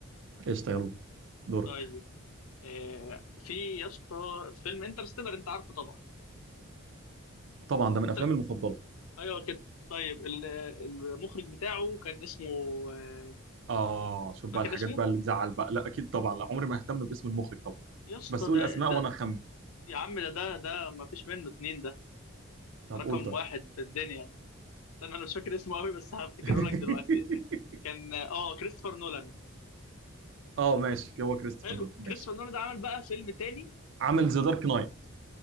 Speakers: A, on the right; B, on the left.
A: قشطة يلا دورك
B: طيب آه، في يا اسطى فيلم انترستيلر انت عارفه طبعا
A: طبعا ده من
B: انت
A: افلامي المفضله
B: ايوه كده طيب ال- المخرج بتاعه كان اسمه آه،
A: اه شوف
B: فاكر
A: بقى الحاجات
B: اسمه
A: بقى اللي تزعل بقى لا اكيد طبعا لا عمري ما اهتم باسم المخرج طبعا
B: يا اسطى
A: بس
B: ده
A: قول اسماء
B: ده
A: وانا اخمن
B: يا عم ده ده ده ما فيش منه اتنين ده
A: طب
B: رقم
A: قول طيب
B: واحد في الدنيا انا مش فاكر اسمه قوي بس هفتكره
A: <laughs>
B: لك دلوقتي كان اه آه، كريستوفر نولان
A: اه ماشي هو كريستوفر
B: حلو
A: نولان ماشي
B: كريستوفر نولان ده عمل بقى فيلم تاني
A: عامل ذا دارك نايت